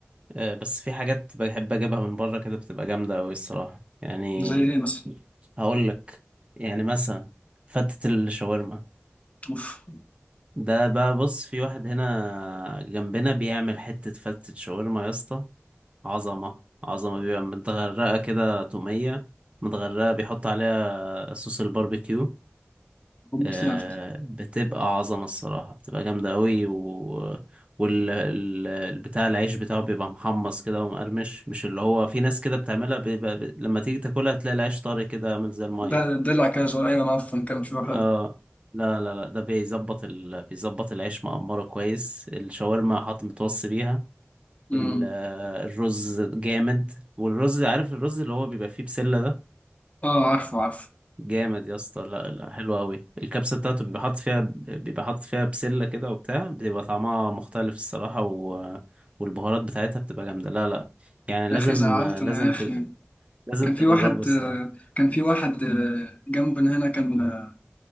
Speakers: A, on the right (about 25°); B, on the left (about 30°).
A: آه بس في حاجات بحب اجيبها من بره كده بتبقى جامده قوي الصراحه يعني
B: زي ايه مثلا
A: هقول لك يعني مثلا فتة الشاورما
B: اوف
A: ده بقى بص في واحد هنا جنبنا بيعمل حته فتة شاورما يا اسطى عظمه عظمه بيبقى متغرقه كده توميه متغرقه بيحط عليها صوص الباربيكيو
B: بموت
A: آه،
B: فيها
A: بتبقى عظمة الصراحة بتبقى جامدة أوي و... والبتاع العيش بتاعه بيبقى محمص كده ومقرمش مش اللي هو في ناس كده بتعملها بيبقى... ب... لما تيجي تاكلها تلاقي العيش طري كده عامل زي المية
B: ده دلع كده صغير انا عارف كام شويه
A: اه لا لا لا ده بيظبط ال... بيظبط العيش مقمره كويس الشاورما حاط متوصي بيها
B: حلو
A: ال... آه، الرز جامد والرز عارف الرز اللي هو بيبقى فيه بسلة ده
B: اه عارفه عارفه
A: جامد يا اسطى لا لا حلو قوي الكبسه بتاعته بيبقى حاطط فيها بيبقى حاطط فيها بسله كده وبتاع بتبقى طعمها مختلف الصراحه و... والبهارات بتاعتها بتبقى جامده لا لا يعني
B: يا
A: لازم
B: اخي زعلت
A: لازم
B: انا يا
A: ت...
B: اخي
A: لازم
B: كان
A: تجربه
B: في واحد
A: الصراحه
B: آه، كان في واحد آه، جنبنا هنا كان آه،